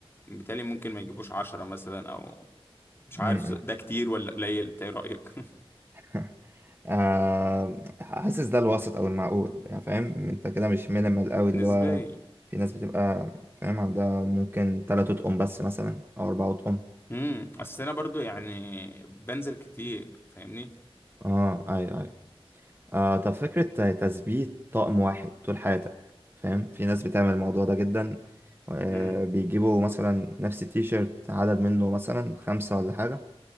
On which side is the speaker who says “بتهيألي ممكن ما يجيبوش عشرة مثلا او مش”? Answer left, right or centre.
Left